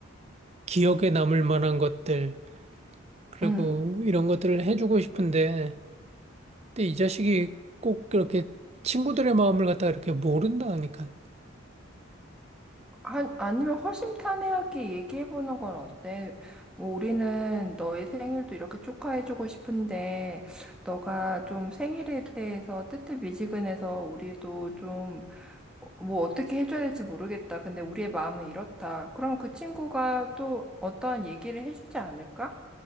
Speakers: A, on the right; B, in the centre.
A: 기억에 남을 만한 것들, 그리고
B: 음.
A: 이런 것들을 해주고 싶은데, 근데 이 자식이 꼭 그렇게 친구들의 마음을 갖다가 이렇게 모른다니까.
B: 한, 아니면 허심탄회하게 얘기해보는 건 어때? 뭐 우리는 너의 생일도 이렇게 축하해주고 싶은데, 너가 좀 생일에 대해서 뜨뜻미지근해서 우리도 좀 어, 뭐 어떻게 해줘야 될지 모르겠다. 근데 우리의 마음은 이렇다. 그럼 그 친구가 또 어떠한 얘기를 해주지 않을까?